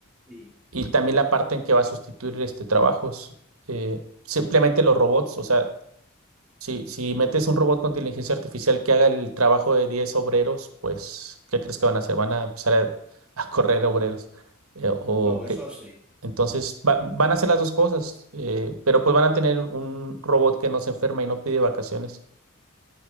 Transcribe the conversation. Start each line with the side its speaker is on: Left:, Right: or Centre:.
Centre: Sí.
Right: Y también la parte en que va a sustituir este trabajos. eh, simplemente los robots. O sea, si, si metes un robot con inteligencia artificial que haga el trabajo de 10 obreros, pues, ¿qué crees que van a hacer? Van a empezar a, a correr obreros. eh, o
Centre: No, eso sí.
Right: entonces va- van a hacer las dos cosas, eh, pero pues van a tener un robot que no se enferma y no pide vacaciones,